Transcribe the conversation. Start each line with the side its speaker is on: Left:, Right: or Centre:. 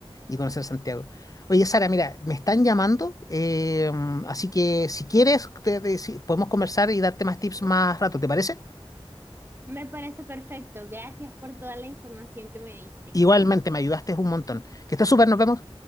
Left: y conocer Santiago. Oye, Sara, mira, me están llamando, eh, así que si quieres, te- te- si- podemos conversar y darte más tips más rato, ¿te parece?
Right: Me parece perfecto. Gracias por toda la información que me diste.
Left: Igualmente, me ayudaste un montón. Que estés súper, nos vemos.